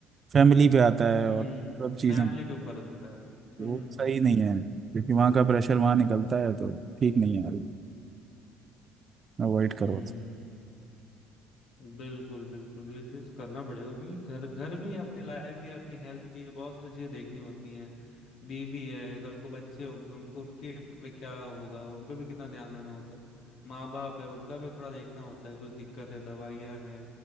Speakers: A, on the right; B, on the left.
A: फैमिली पे आता है
B: हम्म
A: और सब चीज़ें
B: फैमिली के ऊपर दिखता है हम्म
A: वो सही नहीं है क्योंकि वहाँ का प्रेशर वहाँ निकलता है तो ठीक नहीं है यार अवॉइड
B: हम्म
A: करो
B: बिल्कुल बिल्कुल ये चीज करना पड़ेगा क्योंकि घर घर भी है, अपनी लाइफ भी है, अपनी हेल्थ भी है, बहुत सारी चीजें देखनी होती हैं बीबी है कल को बच्चे होंगे उनको उनके पे क्या होगा उन पे भी कितना ध्यान देना होता है माँ बाप है उनका भी थोड़ा देखना होता है कुछ दिक्कत है दवाइयाँ है